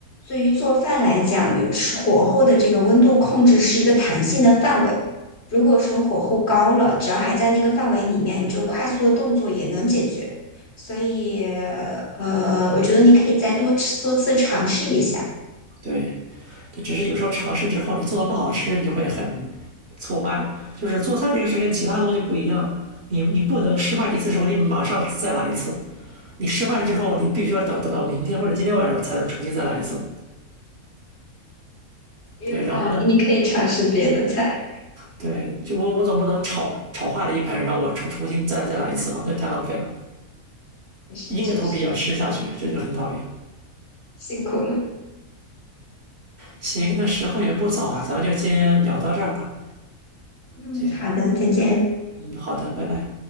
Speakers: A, on the left (about 50°); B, on the right (about 45°).
A: 对于做饭来讲，有是火候的这个温度控制是一个弹性的范围。如果说火候高了，只要还在那个范围里面，你就快速的动作也能解决。所以，呃，我觉得你可以再多次多次尝试一下，
B: 对，对，只是有时候尝试之后，你做的不好吃，你就会很挫败。就是做菜这个事跟其他东西不一样，你你不能失败一次之后，你马上再来一次。你失败之后，你必须要等等到明天或者今天晚上才能重新再来一次。
A: 也有道理。
B: 对，然后呢，
A: 你可以尝试别的菜，
B: 对，对，就我我总不能炒炒坏了一盆，然后我重重新再再来一次嘛，那太浪费了。
A: 也是确实
B: 硬着头皮也要吃下去，这就很讨厌。
A: 辛苦了。
B: 行，那时候也不早啊，咱们就先聊到这儿吧。
A: 嗯，
B: 行，
A: 好的，再见。
B: 嗯，好的，拜拜。